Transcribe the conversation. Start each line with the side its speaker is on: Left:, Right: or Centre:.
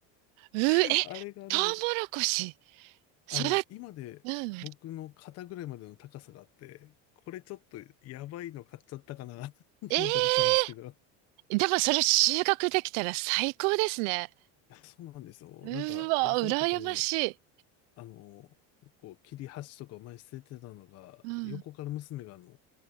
Right: うー、
Left: <laughs>
Right: え、
Left: あれがあの、
Right: トウモロコシ、育っ、
Left: あの、今で僕の肩ぐらいまでの高さがあって、
Right: うん。
Left: これちょっとやばいの買っちゃったかな <laughs> と思ったりしたんですけど。
Right: ええ
Left: い
Right: でもそれ収穫できたら最高ですね。
Left: やそうなんですよ。
Right: うわ、
Left: なんか野菜とかも、
Right: 羨ましい。
Left: あの、こう切り端とかを前に捨ててたのが、
Right: うん。
Left: 横から娘があの、